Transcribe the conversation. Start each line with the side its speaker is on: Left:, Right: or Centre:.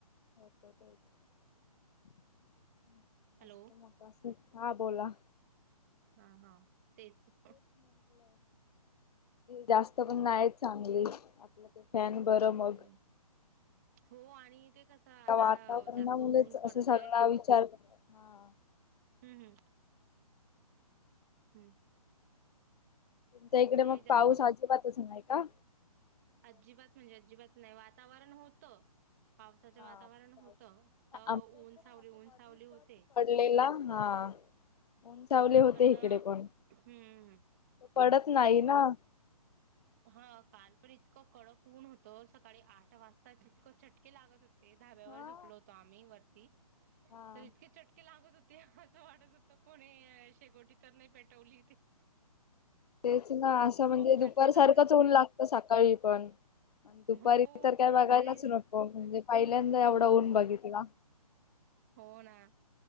Left: <unintelligible>
Right: हॅलो
Left: <unintelligible> हां बोलां.
Right: हां हां तेचं
Left: जास्तं पणं नाहीं चांगली आपलं ते फॅन बरं
Right: हम्म
Left: मंग
Right: हो आणि ते कसं आता
Left: वातांवरना
Right: जास्त
Left: मुळे चं
Right: ऊन
Left: मुलेच
Right: पडतय
Left: असं सगनां विचार हां
Right: हम्मं हम्मं हम्मं
Left: तुमच्यां इकडे मंग
Right: जास्त
Left: पाऊस आजिबातचं येतं नाहीं कां
Right: अजिबांत म्हणजे अजिबांत नाहीं वातांवरण होतं पावसाचं
Left: हा.
Right: वातांवरण
Left: पाऊस
Right: होतं तरं ऊंन सावली ऊंन सावली होते
Left: लेलां हां उंचावले होते
Right: पण
Left: ईकडे
Right: हम्म
Left: पणं पडतं नाहीं नां
Right: हां कांल पणं इतकं कडक ऊंन होतं सकाळीं आंठ वाजतांच इतकं चटके लागतं होते. ते धाब्यांवर
Left: हा.
Right: झोपलो होतो आम्हीं वरती
Left: हा
Right: तरं इतके चटके लागतं होते असं वाटतं होतं- तरं कोणी शेकोटी तरं नाहीं पेटवली ती
Left: तेचं नां असं म्हणजे दु
Right: चटके
Left: दुपांर
Right: लागत
Left: सारखंच
Right: होते
Left: ऊंन लागतं सकाळीं पणं दुपारी
Right: हो
Left: तरं कायं बघायलांच
Right: आणि
Left: नव्हतं हो म्हणजे पहिल्यांदा
Right: हो
Left: एवढं होऊंन बघितला
Right: हो नां